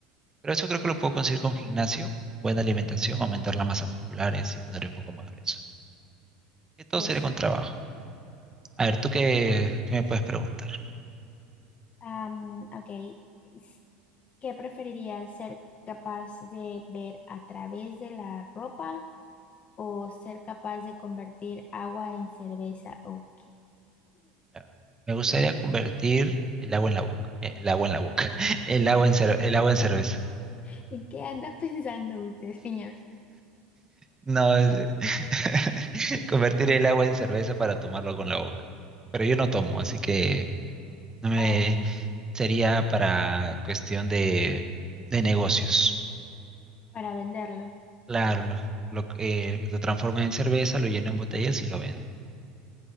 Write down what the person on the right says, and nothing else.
Pero eso creo que lo puedo conseguir con gimnasio, buena alimentación, aumentar la masa muscular eh, y poner un poco más grueso. Y todo
sería con
trabajo. A ver, ¿tú qué, qué me puedes preguntar?
Ya, Me gustaría convertir el agua en la boca. eh, El agua en la boca. <laughs> El agua en, cer- el agua en cerveza.
No, es- <laughs> convertir el agua en cerveza para tomarlo con la boca. Pero yo no tomo, así que no me
sería para cuestión de, de negocios.
Claro, lo, lo, eh, lo transforman en cerveza, lo llenan en botellas y lo vendo.